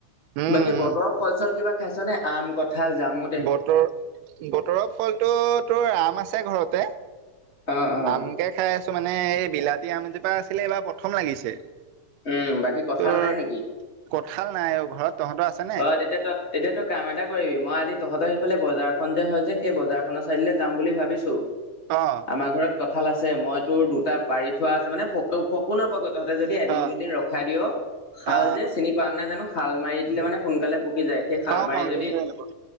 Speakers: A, on the right (about 85°); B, on the left (about 30°).
A: উম
B: বাকী
A: উম
B: বতৰ ফল চল কিবা খাইছ নে আম ক ঠাল যামুন
A: বতৰ বতৰৰ ফলটো তোৰ আম আছে ঘৰতে।
B: অ', অ'।
A: আমকে খাই আছো মানে এই বিলাতী আমজোপা আছিলে এইবাৰ প্ৰথম লাগিছে।
B: উম, বাকী কঁঠাল
A: তোৰ
B: নাই নেকি?
A: কঁঠাল নাই অ' ঘৰত। তহঁতৰ আছে? নে
B: হয় তেতিয়া তই তেতিয়াতো কাম এটা কৰিবি মই আজি তহঁতৰ সিফালে বজাৰখন যে হয় যে সেই বজাৰখনৰ চাইডেলে যাম বুলি ভাবিছো।
A: অ'।
B: আমাৰ ঘৰত কঁঠাল আছে মই তোৰ দুটা পাৰি থোৱা আছে মানে ফক ফকো নপকে তহঁতে যদি এদিন
A: অ
B: দুদিন ৰখাই দিয় শাল
A: অ
B: যে চিনি পোৱা নাই জানো শাল মাৰি দিলে মানে সোনকালে পকি যায় সেই শালমাৰি
A: পাও পাও এইটো
B: যদি
A: কিয় নাপাওঁ